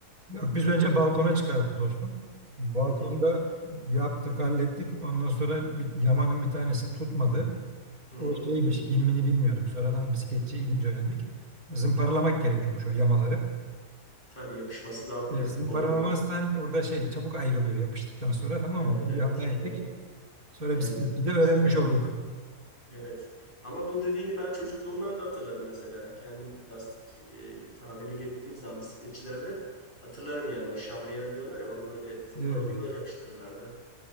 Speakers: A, on the right (about 75°); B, on the left (about 35°).
A: Yok biz
B: Ee,
A: önce balkona çıkardık dostum. Balkonda
B: hı hı,
A: yaptık hallettik. Ondan sonra bir, yamanın bir tanesi tutmadı.
B: hı
A: O
B: hı.
A: şeymiş, ilmini bilmiyorduk. Sonradan bisikletçiye gidince öğrendik. Zımparalamak gerekiyormuş o yamaları.
B: Tabii yapışması daha kuvvetli
A: E, Zımparalamazsan
B: kolay oluyor.
A: orada şey çabuk ayrılıyor yapıştıktan sonra tamam
B: Evet
A: mı? Böyle
B: evet
A: Bir hata ettik.
B: doğru.
A: Sonra
B: Dayanıklı
A: bisikleti de öğrenmiş
B: açısından.
A: olduk.
B: Evet. Ama bu dediğini ben çocukluğumdan da hatırlarım mesela. Kendim lastik e, tamirine gittiğim zaman bisikletçilerde hatırlarım yani o şamriyel diyorlar ya onu böyle zımparalayıp
A: Evet, evet.
B: böyle yapıştırırlardı.